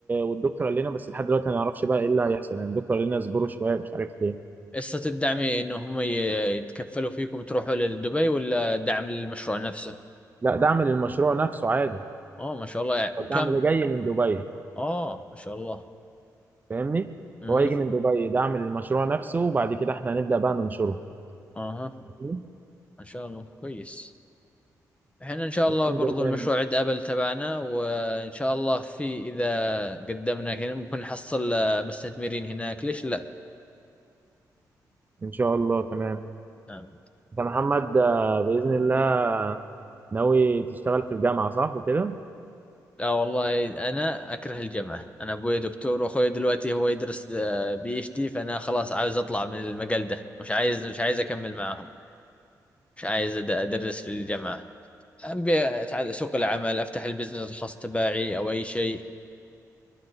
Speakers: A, on the right; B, on the left.
A: والدكتور قال لنا بس لحد دلوقتي ما نعرفش بقى ايه اللي هيحصل يعني الدكتور قال لنا اصبروا شويه مش عارف ليه
B: قصة الدعم انه هم ي- يتكفلوا فيكم تروحوا لدبي ولا دعم للمشروع نفسه
A: لا دعم للمشروع نفسه عادي
B: اه ما شاء الله يعني
A: هو الدعم
B: وكم
A: ده جاي من دبي
B: اه ما شاء الله
A: فاهمني
B: اها
A: هو هيجي من دبي دعم للمشروع نفسه وبعد كده احنا هنبدأ بقى ننشره
B: اها
A: فاهمني؟
B: ما شاء الله كويس احنا ان شاء
A: الحمد
B: الله برضو
A: لله
B: المشروع عند ابل تبعنا وان شاء الله في اذا قدمنا هنا ممكن نحصل آه، مستثمرين هناك ليش لا
A: ان شاء الله تمام
B: نعم.
A: انت محمد آه، باذن الله ناوي تشتغل في الجامعه صح وكده
B: لا والله انا اكره الجامعه انا ابوي دكتور واخوي دلوقتي هو يدرس بي اتش دي فانا خلاص عاوز اطلع من المجال ده مش عايز مش عايز اكمل معاهم مش عايز أد- ادرس في الجامعه ابي اتعلم سوق العمل افتح البزنس الخاص تبعي او اي شيء